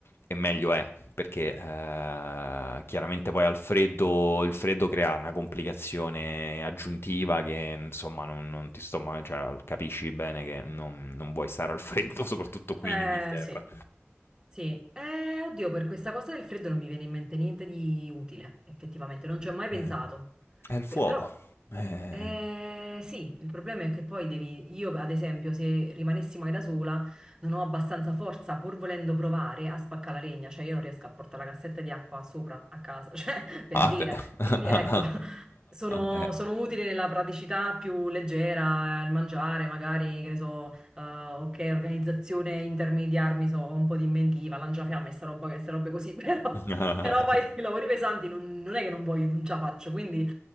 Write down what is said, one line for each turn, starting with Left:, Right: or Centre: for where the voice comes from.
Left: e meglio è perché eh, chiaramente poi al freddo, il freddo crea una complicazione aggiuntiva che insomma non, non ti sto ma- cioè, capisci bene che non, non vuoi stare al freddo, <laughs> soprattutto qui
Right: Eh,
Left: in Inghilterra.
Right: sì, sì. Eh, oddio, per questa cosa del freddo non mi viene in mente niente di utile, effettivamente, non ci ho mai pensato.
Left: Eh, è il fuoco.
Right: Pe- Però
Left: Eh.
Right: Eh, sì, il problema è che poi devi, io ad esempio, se rimanessi mai da sola, non ho abbastanza forza, pur volendo provare, a spaccare la legna, cioè io non riesco a portare la cassetta di acqua sopra a casa, <laughs> cioè per
Left: Ah,
Right: dire.
Left: beh. <laughs>
Right: Quindi ecco, <laughs> sono,
Left: Eh.
Right: sono utile nella praticità più leggera, eh, il mangiare, magari, che ne so, eh, ok, organizzazione in termini di armi, so, ho un po' di inventiva, lanciafiamme, e sta roba, che- sta robe così, <laughs> però,
Left: <laughs>
Right: però poi i lavori pesanti non, non è che non voglio, non ce la faccio, quindi...